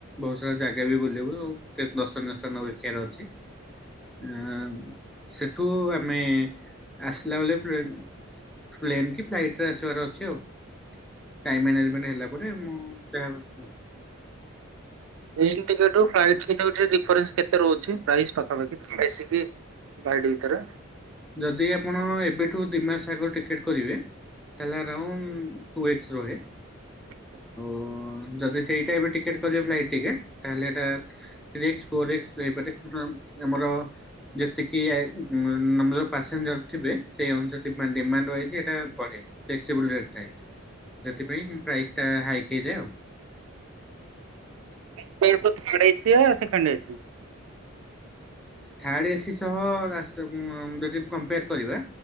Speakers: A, in the centre; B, on the right (about 70°).
A: ବହୁତ ସାରା ଜାଗା ବି ବୁଲିବୁ ଆଉ। ତେ ଦର୍ଶନୀୟ ସ୍ଥାନ ଦେଖିଆର ଅଛି। ଉଁ ସେଠୁ ଆମେ ଆସିଲା ବେଳେ ପ୍ଲେନ ପ୍ଲେନ୍ କି ଫ୍ଲାଇଟରେ ଆସିବାର ଅଛି ଆଉ। ଟାଇମ୍ ମ୍ୟାନେଜମେଣ୍ଟ ହେଲା ପରେ ମୁଁ ଯାହା
B: ପ୍ଲେନ ଟିକେଟରୁ ଫ୍ଲାଇଟ <unintelligible> ଡିଫରେନ୍ସ କେତେ ରହୁଛି ପ୍ରାଇସ୍ ପାଖାପାଖି, ବେସିକି ଫ୍ଲାଇଟ ଭିତେରେ।
A: ଯଦି ଆପଣ ଏବେଠୁ ଦି ମାସ ଆଗ ଟିକେଟ କରିବେ ତାହେଲେ ଅରାଉଣ୍ଡ ଟୁ ଏକ୍ସ ରହେ।
B: <inaudible>
A: ଓ ଯଦି ସେଇଟା ଏବେ ଟିକେଟ୍ କରବ ଫ୍ଲାଇଟ୍ ଟିକେଟ ତାହେଲେ ଏଇଟା ଥ୍ରୀ ଏକ୍ସ, ଫୋର ଏକ୍ସ ହେଇପାରେ <unintelligible> ଆମର ଯେତିକି ଆଇ ଉଁ ର ପାସେଞ୍ଜର ଥିବେ ସେଇ ଅନୁସାରେ ଡିମାଣ୍ଡ ଡିମାଣ୍ଡ ୱାଇଜ୍ ଏଇଟା ବଢ଼େ। ଫ୍ଲେକ୍ସିବୁଲ ରେଟ୍ ଥାଏ। ସେଥିପାଇଁ ପ୍ରାଇସ୍ ଟା ହାଇକ ହେଇଯାଏ ଆଉ।
B: <unintelligible> ଥାର୍ଡ଼ ଏସି ୟା ସେକେଣ୍ଡ ଏସି?
A: ଥାର୍ଡ ଏସି ସହ ରାସ ଉଁ ଯଦି କମ୍ପେୟାର କରିବା